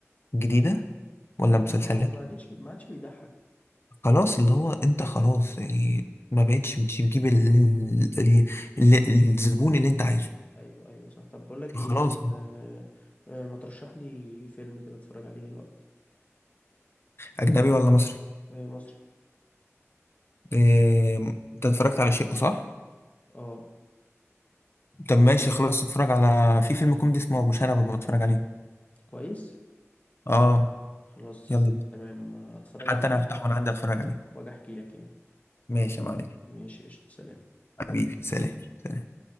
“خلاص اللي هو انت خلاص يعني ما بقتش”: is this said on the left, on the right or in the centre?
Left